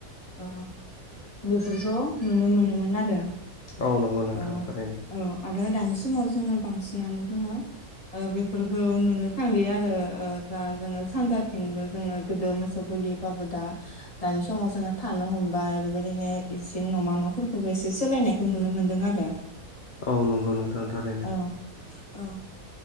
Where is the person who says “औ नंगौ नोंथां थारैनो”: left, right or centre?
Left